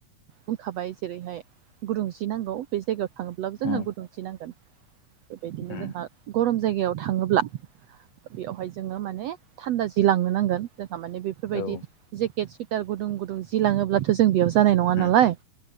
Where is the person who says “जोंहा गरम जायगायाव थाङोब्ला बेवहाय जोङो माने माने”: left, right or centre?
Right